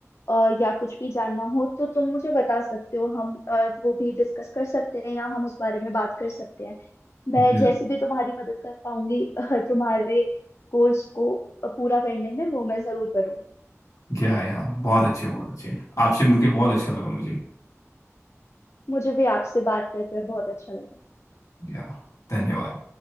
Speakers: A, on the left; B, on the left.
A: अ, या कुछ भी जानना हो तो तुम मुझे बता सकते हो हम अ, वो भी डिस्कस कर सकते हैं या हम उस बारे में बात कर सकते हैं मैं
B: दिल
A: जैसे भी तुम्हारी मदद कर पाऊंगी <laughs> तुम्हारे गोल्स को पूरा करने में वो मैं जरूर करूंगी
B: क्या या बहुत अच्छे बहुत अच्छे आपसे मिलके बहुत अच्छा लगा मुझे
A: मुझे भी आपसे बात कर कर बहुत अच्छा लगा
B: या धन्यवाद